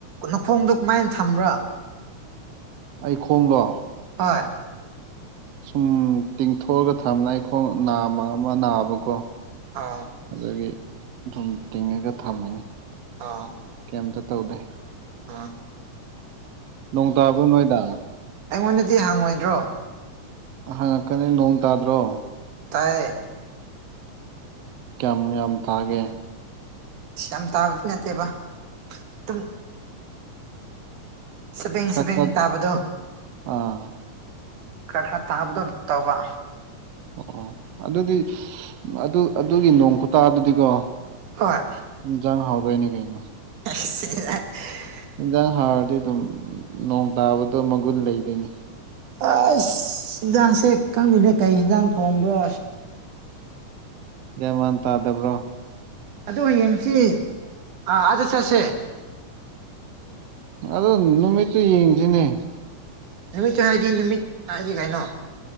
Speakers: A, on the right; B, on the right.
A: ꯅꯈꯣꯡꯗꯣ ꯀꯃꯥꯏꯅ ꯊꯝꯕ꯭ꯔꯥ
B: ꯑꯩ ꯈꯣꯡꯗꯣ
A: ꯍ <unintelligible> <inaudible>
B: ꯁꯨꯝ ꯇꯤꯡꯊꯣꯛꯑꯒ ꯊꯝꯕꯅ ꯑꯩꯈꯣꯡ ꯅꯥꯝꯃ ꯑꯃ ꯅꯥꯕꯀꯣ
A: ꯑꯥ
B: ꯑꯗꯨꯗꯒꯤ ꯑꯗꯨꯝ ꯇꯤꯡꯉꯒ ꯊꯝꯃꯅꯤ
A: ꯑ <unintelligible> <inaudible>
B: ꯑꯝꯇ ꯇꯧꯗꯦ
A: ꯑ <unintelligible> <inaudible>
B: ꯅꯣꯡꯇꯕꯣꯏ ꯅꯣꯏꯗꯥꯥꯛ
A: ꯑꯩꯉꯣꯟꯗꯗꯤ ꯍꯪꯉꯣꯏꯗ꯭ꯔꯣ
B: ꯍꯪꯉꯛꯀꯅꯤ ꯅꯣꯡ ꯇꯥꯗ꯭ꯔꯣ
A: ꯇꯥꯏꯌꯦ
B: ꯀꯌꯥꯝ ꯌꯥꯝ ꯇꯥꯒꯦ
A: ꯌꯥꯝ ꯇꯥꯕꯗꯤ ꯅꯠꯇꯦꯕ ꯑꯗꯨꯝ ꯁꯕꯦꯡ ꯁꯕꯦꯡ
B: ꯈꯔ
A: ꯇꯥꯕꯗꯣ
B: ꯑꯥ
A: ꯈꯔ ꯈꯔ ꯇꯥꯕꯗꯣ ꯇꯧꯕ
B: ꯑꯣ ꯑꯣ ꯑꯗꯨꯗꯤ ꯑꯗꯨ ꯑꯗꯨꯒꯤ ꯅꯣꯡ ꯈꯨꯇꯥ ꯑꯗꯨꯗꯤꯀꯣ
A: ꯍꯣꯏ
B: ꯏꯟꯁꯥꯡ ꯍꯥꯎꯗꯣꯏꯅꯦ ꯀꯩꯅꯣ
A: ꯁꯤꯂ <inaudible> <unintelligible>
B: ꯏꯟꯖꯥꯡ ꯍꯥꯎꯔꯗꯤ ꯑꯗꯨꯝ ꯅꯣꯡ ꯇꯥꯕꯗꯣ ꯃꯒꯨꯟ ꯂꯩꯗꯣꯏꯅꯤ
A: ꯑꯁ ꯏꯟꯖꯥꯡꯁꯦ ꯈꯪꯗꯦꯗ ꯀꯩ ꯌꯦꯟꯁꯥꯡ ꯊꯣꯡꯕ꯭ꯔꯣ
B: ꯃꯦꯟꯃꯥꯟ ꯇꯥꯗꯕ꯭ꯔꯣ
A: ꯑꯗꯨ ꯍꯌꯦꯡꯁꯤ ꯑꯥ ꯑꯥꯗ ꯆꯠꯁꯦ
B: ꯑꯗꯣ ꯅꯨꯃꯤꯠꯇꯨ ꯌꯦꯡꯁꯤꯅꯦ
A: ꯅꯨꯃꯤꯠꯇ ꯍꯥꯏꯗꯤ ꯅꯨꯃꯤꯠ ꯍꯥꯏꯗꯤ ꯀꯩꯅꯣ